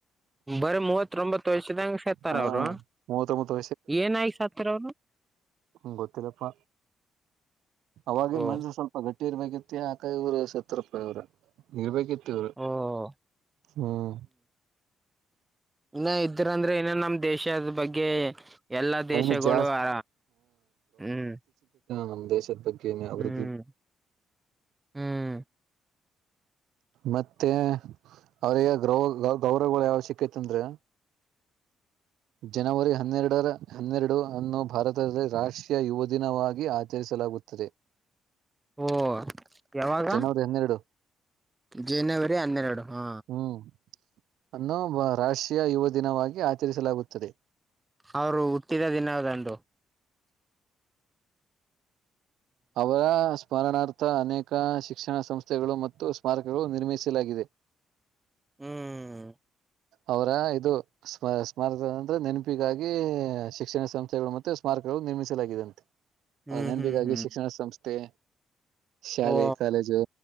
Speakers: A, on the right (about 15°); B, on the right (about 80°).
A: ಬರೀ ಮೂವತ್ ಬತ್ತು ವಯಸದಂಗ ಸಾತಾರ
B: ಹಾ
A: ಅವರು.
B: ಮೂವತ್ತೊಂಬತ್ತು
A: ಏನಾಯ್ ಸತ್ತಿರ್ ಅವರು
B: ಹ್ಮ ಗೊತ್ತಿಲ್ಲಪ್ಪ. ಅವಾಗೆ
A: ಓ
B: ಮನ್ಸು ಸ್ವಲ್ಪ ಗಟ್ಟಿ ಇಟ್ಟಿ ಇರ್ಬೇಕಿತ್ತ್ ಆಕಾಯಿ ರು ಸತ್ರ್ ರಪ್ಪಾಯಿರು ಇರ್ಬೇಕಿತ್ತು.
A: ಓ
B: ಹ್ಮ್ ಹ್ಮ
A: ಇಲ್ಲ ಇದ್ರೆ ಅಂದ್ರೆ ನೇನ್ ನಮ್ದ ದೇಶದ ಬಗ್ಗೆ ಎಲ್ಲಾ ದೇಶಗಳು
B: ಇನ್ನು ಜಾಸ್ತಿ
A: ಆ ಹ್ಮ್.
B: ನಮ್ಮ್ ದೇಶದ ಬಗ್ಗೆ ಅವರು
A: ಹ್ಮ್ ಹ್ಮ್
B: ಮತ್ತೆ ಅವ್ರಿಗೆ ಗೌ ಗೌರವಗಳು ಯಾವ್ ಸಿಕ್ಕೇತ್ ಅಂದ್ರೆ. ಜನವರಿ ಹನ್ನೆರಡರ್ ಹನ್ನೆರಡು ಅನ್ನು ಭಾರತದಲ್ಲಿ ರಾಷ್ಟ್ರೀಯ ಯುವ್ ದಿನವಾಗಿ ಆಚರಿಸಲಾಗುತ್ತದೆ.
A: ಓ ಯಾವಾಗ
B: ಜನವರಿ ಹನ್ನೆರಡು
A: ಜನವರಿ ಹನ್ನೆರಡು ಹಾ.
B: ಹ್ಮ್ ಅನ್ನು ರಾಷ್ಟ್ರೀಯ ಯುವ ದಿನವಾಗಿ ಆಚರಿಸಲಾಗುತ್ತದೆ.
A: ಅವರು ಹುಟ್ಟಿದ ದಿನ ದಂದು.
B: ಅವರ ಸ್ಮರಣಾರ್ಥ ಅನೇಕ್ ಶಿಕ್ಷಣ ಸಂಸ್ಥೆಗಳು ಮತ್ತು ಸ್ಮಾರಕಗಳು ನಿರ್ಮಿಸಲಾಗಿದೆ.
A: ಹ್ಮ್
B: ಅವರ ಇದ್ಮ ಸ್ಮಾರಕ ಅಂದ್ರೆ ನೆನಪಿಗಾಗಿ ಶಿಕ್ಷಣ ಸಂಸ್ಥೆಗಳು ಮತ್ತೆ ಸ್ಮಾರಕಗಳು ನಿರ್ಮಿಸಲಾಗಿದೆಂತೆ.
A: ಹ್ಮ್
B: ಹ ನೆನ್ಪಿಗಾಗಿ
A: ಹ್ಮ್ ಹ್ಮ್
B: ಶಿಕ್ಷಣ ಸಂಸ್ಥೆ ತ್ತೆ ಶಾಲೆ
A: ಓ
B: ಕಾಲೇಜು